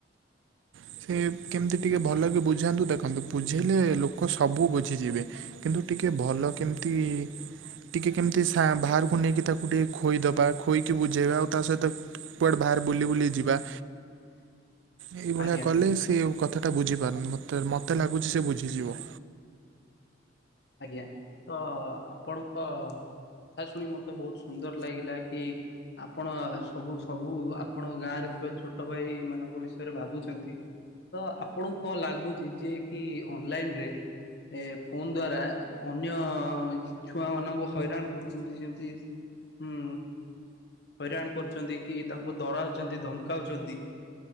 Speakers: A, on the right (about 85°); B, on the left (about 60°).
A: ସେ କେମତି ଟିକେ ଭଲ କି ବୁଝାନ୍ତୁ। ଦେଖନ୍ତୁ ବୁଝେଇଲେ ଲୋକ ସବୁ ବୁଝିଯିବେ। କିନ୍ତୁ ଟିକେ ଭଲ କେମିତି ଟିକେ କେମିତି ସା ବାହାରକୁ ନେଇକି ତାକୁ ଟିକେ ଖୋଇଦବା ଖୋଇକି ବୁଝେଇବା ଆଉ ତା ସହିତ କୁଆଡ଼େ ବାହାରେ ବୁଲି ବୁଲି ଯିବା।
B: <inaudible>
A: ଏଇଭଳିଆ
B: ଆଜ୍ଞା
A: କଲେ ସେ କଥା ଟା ବୁଝି ପାରୁନି। ମତେ ମତେ ଲାଗୁଛି ସେ ବୁଝିଯିବ।
B: ଆଜ୍ଞା। ତ ଆପଣଙ୍କ କଥା ଶୁଣି ମୋତେ ବହୁତ ସୁନ୍ଦର ଲାଗିଲା କି ଆପଣ ସବୁ ସବୁ ଆପଣଙ୍କ ଗାଁ ରେ ଥିବା ଛୋଟ ଭାଇ ମାନଙ୍କ ବିଷୟରେ ଭାବୁଛନ୍ତି। ତ ଆପଣଙ୍କୁ କଣ ଲାଗୁଚି ଯେ କି ଅନଲାଇନ ରେ ଏ ଫୋନ୍ ଦ୍ଵାରା ଅନ୍ୟ ଛୁଆମାନଙ୍କୁ ହଇରାଣ କରୁଛନ୍ତି ଯେମିତି ଉଁ ହଇରାଣ କରୁଛନ୍ତି କି ତାଙ୍କୁ ଡରାଉଛନ୍ତି ଧମକାଉଛନ୍ତି